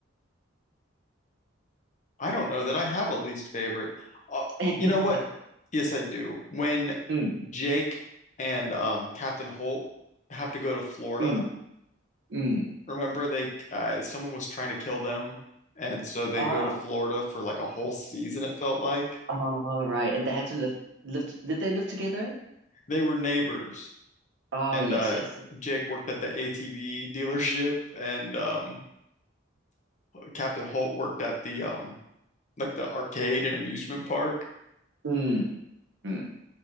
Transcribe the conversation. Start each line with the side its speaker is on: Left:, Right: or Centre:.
Left: I don't know that I have a least favorite. Uh,
Right: <laughs>
Left: you know what? Yes, I do. When
Right: Mm,
Left: Jake and um, Captain Holt have to go to Florida,
Right: mm. Mm.
Left: remember they uh, someone was trying to kill them, and so they
Right: Oh,
Left: go to Florida for like a whole season, it felt like.
Right: all right. And they had to live, live. Did they live together?
Left: They were neighbors,
Right: Oh,
Left: and
Right: yes,
Left: uh,
Right: yes. yes.
Left: Jake worked at the ATV dealership, and um, Captain Holt worked at the um, like the arcade and amusement park.
Right: Mm. Mm.